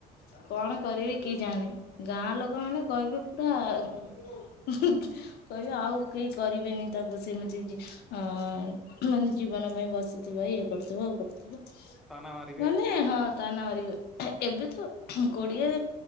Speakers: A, on the left (about 70°); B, in the centre.
A: କଣ କରିବି କି ଜାଣି, ଗାଁ ଲୋକମାନେ କହିବେ ପୁରା ହୁଁ କହିବେ ଆଉ କେହି କରିବେନି, ତାକୁ ସେମିତି ଜି ଅଁ ମାନେ ଜୀବନ ପାଇଁ, ବସିଥିବ ଇଏ କରୁଥିବ କରୁଥିବ।
B: ତାନା ମାରିବେ
A: ମାନେ
B: ଆଉ
A: ହଁ ତା ନାଁ <unintelligible> ଏବେ ତ କୋଡ଼ିଏ